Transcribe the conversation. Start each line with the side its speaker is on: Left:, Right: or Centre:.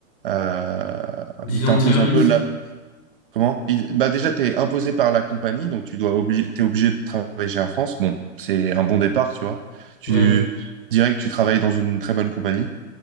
Right: euh,
Left: 10
Right: ils
Left: ans
Right: t'imposent
Left: de service?
Right: un peu là. Comment? Il- bah déjà, t'es imposé par la compagnie, donc tu dois obli- t'es obligé de travailler chez Air France. Bon, c'est un bon départ, tu vois. Tu
Left: Ouais.
Right: direct, tu travailles dans une très bonne compagnie.